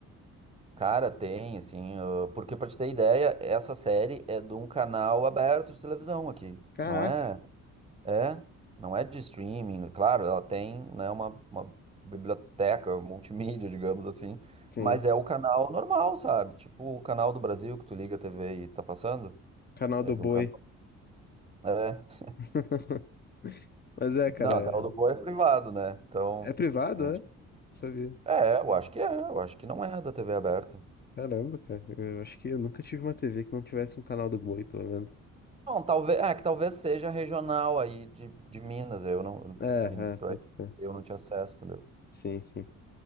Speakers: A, on the right; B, on the left.
A: Cara, tem, assim. ah, Porque pra te ter ideia, essa série é de um canal aberto de televisão aqui.
B: Caraca.
A: Não é. É, não é de streaming, claro, ela tem, né, uma, uma biblioteca multimídia, digamos assim,
B: Sim.
A: mas é o canal normal, sabe? Tipo o canal do Brasil que tu liga a TV e tá passando.
B: Canal
A: É
B: do
A: de
B: Boi.
A: um canal. É.
B: <laughs> Mas é, cara,
A: Não, o
B: é
A: canal do Boi é privado, né? Então,
B: é privado,
A: é.
B: é?
A: gente-
B: Não Sabia.
A: é, eu acho que é, eu acho que não é da TV aberta.
B: Caramba, cara. Eu acho que eu nunca tive uma TV que não tivesse um canal do Boi, pelo menos.
A: Não, talvez, é que talvez seja regional aí de, de Minas, eu não,
B: É,
A: e pra-
B: é, pode ser.
A: eu não tinha acesso, entendeu?
B: Sim, sim.